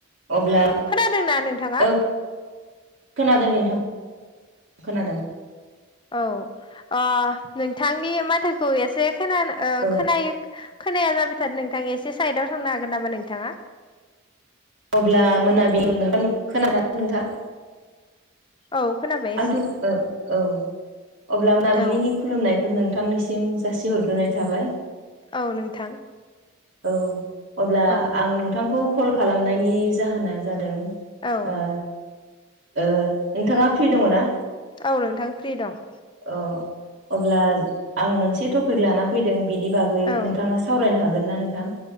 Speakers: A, on the right; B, on the left.
A: अब्ला
B: खोनादोंना नोंथाङा
A: ओ खोनादों नोंथां खोनादों
B: औ नोंथांनि माथोखौ एसे खोना
A: औ
B: खोनायो खोनाया जाबाय थार नोंथां एसे साइडआव थांनो हागोन नामा नोंथाङा
A: अब्ला मोनाबियाव खोनानानै नोंथां <unintelligible>
B: औ खोनाबाय
A: आंथ'
B: एसे
A: ओ औ अब्ला मोनाबिलिनि
B: औ
A: खुलुमनायखौ नोंथांनिसिम जासिहरग्रोनाय थाबाय
B: औ नोंथां
A: औ अब्ला
B: औ
A: आं नोंथांखौ कल खालामनायनि जाहोना जादों
B: औ
A: ओ ओ नोंथाङा फ्रि दङ ना
B: औ नोंथां फ्रि दं
A: अ अब्ला आं मोनसे टपिक लाना फैदों बिनि बागै
B: औ
A: नोंथाङा सावरायनो हागोन ना नोंथां